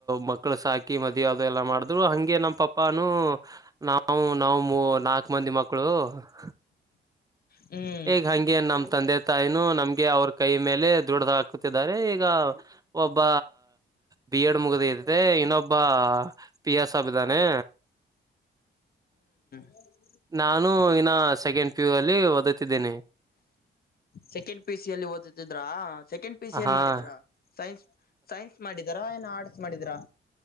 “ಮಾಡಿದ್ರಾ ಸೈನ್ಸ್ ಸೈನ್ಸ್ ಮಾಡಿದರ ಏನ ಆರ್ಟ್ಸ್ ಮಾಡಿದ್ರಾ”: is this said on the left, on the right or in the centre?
Left